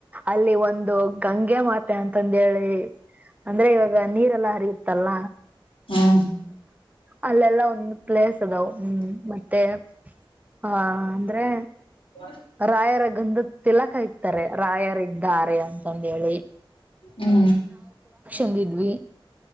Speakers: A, on the right; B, on the left.
A: ಅಲ್ಲಿ ಒಂದು ಗಂಗೆ ಮಾತೆ ಅಂತಂದ ಹೇಳಿ ಅಂದ್ರೆ ಇವಾಗ ನೀರೆಲ್ಲಾ ಹರಿಯುತ್ತಲ್ಲ.
B: ಹ್ಮ
A: ಅಲ್ಲೆಲ್ಲ ಒಂದ ಪ್ಲೇಸ್ ಅದಾವ ಹ್ಮ ಮತ್ತೆ ಹಾ ಅಂದ್ರೆ
B: <inaudible>
A: ರಾಯರ ಗಂದದ ತಿಲಕ ಇಕ್ತಾರೆ ರಾಯರ ಇದ್ದಾರೆ ಅಂತಂದ ಹೇಳಿ
B: ಹ್ಮ
A: ಬಂದಿದ್ವಿ